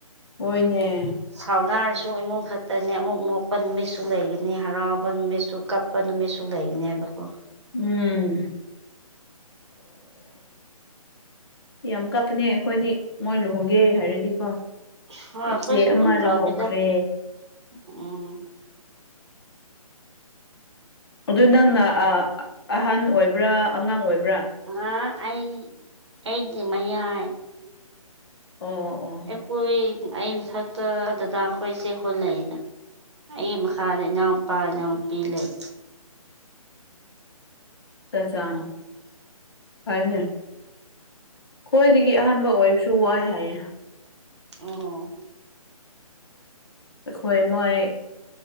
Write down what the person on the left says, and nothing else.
ꯍꯣꯏꯅꯦ
ꯎꯝ ꯌꯥꯝ ꯀꯞꯄꯅꯦ ꯑꯩꯈꯣꯏꯗꯤ ꯃꯣꯏ ꯂꯨꯍꯣꯡꯒꯦ ꯍꯥꯏꯔꯗꯤꯀꯣ
ꯏꯆꯦ
ꯑꯃ
ꯂꯨꯍꯣꯡꯈ꯭ꯔꯦ
ꯑꯗꯨ ꯅꯪꯅ ꯑꯍꯟ ꯑꯣꯏꯕ꯭ꯔꯥ ꯑꯉꯥꯡ ꯑꯣꯏꯕ꯭ꯔꯥ
ꯑꯣ ꯑꯣ
ꯑꯆꯥ ꯆꯥ ꯐꯔꯦ ꯐꯔꯦ ꯈꯣꯏꯗꯒꯤ ꯑꯍꯥꯟꯕ ꯑꯣꯏꯕꯁꯨ ꯋꯥꯏ ꯍꯥꯏꯌꯦ
ꯑꯩꯈꯣꯏ ꯃꯣꯏ